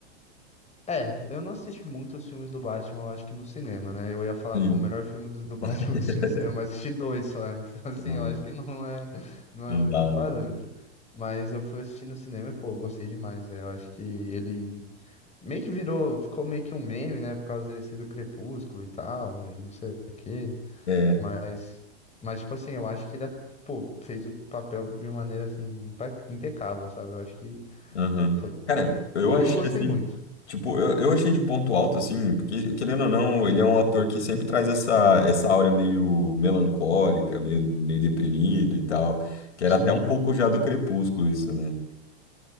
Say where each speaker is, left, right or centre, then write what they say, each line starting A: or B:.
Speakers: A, on the left; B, on the left.
A: É, eu não assisti muito os filmes do Batman, eu acho que no cinema, né? Eu ia falar,
B: Sim.
A: foi o melhor filme do, do <laughs> Batman
B: <laughs>
A: que eu assisti no cinema, mas assisti dois só. Então, <laughs> assim,
B: Mano,
A: eu acho que não é, não
B: Não
A: é muito
B: dá,
A: um parâmetro.
B: né? cara?
A: Mas eu fui assistir no cinema e, pô, eu gostei demais. né? Eu acho que ele meio que virou, ficou meio que um meme, né? Por causa dele ser do Crepúsculo e tal, e não sei o quê.
B: É.
A: Mas, mas tipo assim, eu acho que ele, pô, fez o papel de uma maneira assim impe- impecável, sabe? Eu acho que
B: aham.
A: foi-
B: Cara, eu
A: eu
B: achei
A: gostei
B: assim,
A: muito.
B: tipo, eu, eu achei de ponto alto, assim, porque, querendo ou não, ele é um ator que sempre traz essa, essa aura meio melancólica, meio, meio deprimido e tal, que era
A: Sim,
B: até um pouco já do Crepúsculo isso, né?